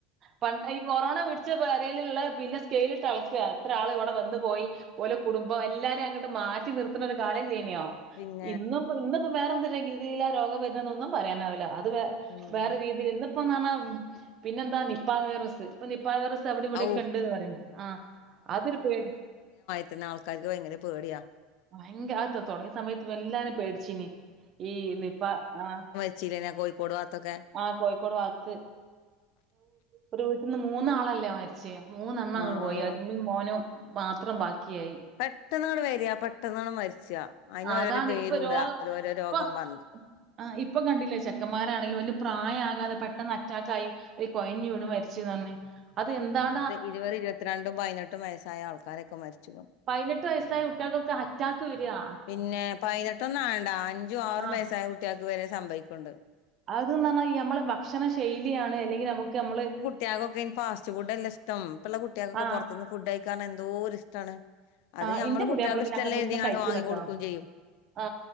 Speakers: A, on the right; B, on the left.
A: പണ്ടൈ കൊറോണ പിടിച്ച പെരേലിള്ള പിന്നെ സ്കെയിലിട്ടളക്കാ എത്ര ആള് ഇവ്ടെ വന്നു പോയി ഓലോ കുടുംബോ എല്ലാരെ അങ്ങ്ട്ട് മാറ്റി നിർത്ത്ണ ഒരു കാല ഇലൈനോ.
B: പിന്നെ
A: ഇന്ന്പ്പോ ഇന്ന് ഇപ്പോ വേറെന്ത് രീയ രോഗം വരുന്നൊന്നും പറയാനാവില്ല അത് വേ
B: ഉം
A: വേറെ രീതില് ഇന്ന്പ്പോനറഞ്ഞാ പിന്നെ എന്താ നിപ്പാ വൈറസ്സ് പം നിപ്പാ വൈറസ് അവടീം ഇവടീ
B: ഔ
A: ഒക്കെ ഉണ്ട്ന്ന്പറയും ആഹ് അതൊരു പേ
B: പിന്നെ ആൾക്കാര്ക്ക് ഭയങ്കര പേട്യാ
A: ഭയങ്കര ആത് തൊടങ്ങിയ സമയത്ത് വല്ലാതെ പേടിച്ചിനി ഈ നിപ്പാ ആഹ്
B: ച്ചീലെന കോഴിക്കോട് ഭാഗത്തൊക്കെ
A: ആ കോഴിക്കോട് ഭാത്ത് ഒരു വീട്ട്ന്ന് മൂന്നാളല്ലേ മരിച്ച് ച്ചെ മൂന്നെണംങ്ങ്
B: ആഹ്
A: പോയി ഇമ്മീം മോനും മാത്രം ബാകിയയി
B: പെട്ടന്ന്ങ്ങ്ട്ട് വെരാ പെട്ടെന്നാണ് മരിച്ചാ അയിനൊരോരോ
A: അതാണ്
B: പേരൂടാ
A: ഇപ്പൊ രോ
B: ഓരോ രോഗം
A: ഇപ്പൊ
B: പറഞ്ഞ്
A: ആ ഇപ്പൊ കണ്ടില്ലേ ചെക്കന്മാരാണെങ്കി വലിയ പ്രായാകാതെ പെട്ടെന്ന് അറ്റാക്കായി കൊഴഞ്ഞ് വിണ് മരിച്ച് ന് പറഞ്ഞ് അത് എന്താണ്
B: ഇത് ഇരുപത് ഇരുപത്തിരണ്ടും പൈനെട്ടും വയസ്സായ ആൾക്കാരൊക്കെ മരിച്ചു.
A: പയ്നെട്ട് വയസ്സായ കുട്ട്യാൾക്കൊക്കെ അറ്റാക്ക് വരാ
B: പിന്നെ പയ്നെട്ടൊനും ആവണ്ട അഞ്ചും ആറും
A: ആ
B: വയസ്സായ കുട്ട്യാക്ക് വരെ സംഭവിക്ണ്ട്
A: അത് പറഞ്ഞാ ഈ നമ്മളെ ഭക്ഷണ ശൈലിയാണ് ഇല്ലെങ്കി നമുക്ക് നമ്മള്
B: കുട്ട്യാക്കൊക്കെ ഈ ഫാസ്റ്റ് ഫുഡല്ലെ ഇഷ്ടം. ഇപ്പളെ കുട്ട്യാക്കൊക്കെ
A: ആ
B: പൊറത്തുന്ന് ഫുഡ് കഴിക്കാൻ എന്തോരിഷ്ടാണ്. അത്
A: ആ
B: ഞമ്മള്
A: ഇന്റെ
B: കുട്ട്യാൾക്ക്
A: പുതിയാപ്പള പിന്നെ
B: ഇഷ്ടലേരിതീ
A: അങ്ങനത്തെ ഒന്നും
B: ങ്ങാണ്ട്
A: കഴിക്കൂലട്ടോ
B: വാങ്ങി കൊടുക്കും ചെയ്യും
A: ആ